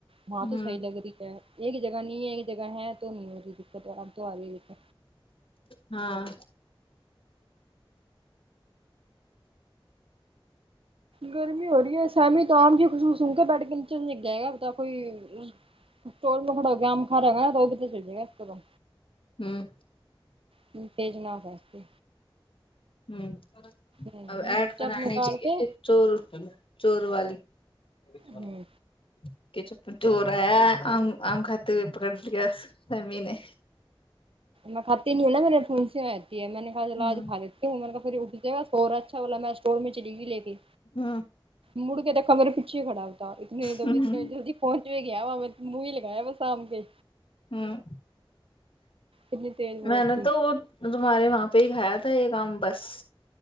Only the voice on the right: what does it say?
وہاں تو
صحیح لگ رہی ہے ایک جگہ نہیں ہے ایک جگہ ہے تو نہیں ہوی دقت اب تو آ رہی دت
گرمی ہو رہی ہے سمی توم جی خصوص سک بیٹ کے ن گئے گا پتا کوئی اسٹول میں کھڑو گے آم کا رہے گا نا توگت چلے گا اسم
تم بھیجنا واسے
ہوں
میں
چپ
نکال
کے
ہوں
میں کھاتی نہیں ہو نا میں نے پھونسی آجاتی ہے میں نے اچھا
چلا آج کھا لیتے عمر کا پھر اٹھ جائے گا سورھا اچھا بولا میں اسٹور میں چلی گئی لے کے
مڑ کے دیکھا میرے پیچھے کھڑا ہوتا تھا اتنے اتنے
جلدی پہنچ بھی گیا وان پر منہ نہی لگایا بس آم کے
اتنی تیز وہ
تھی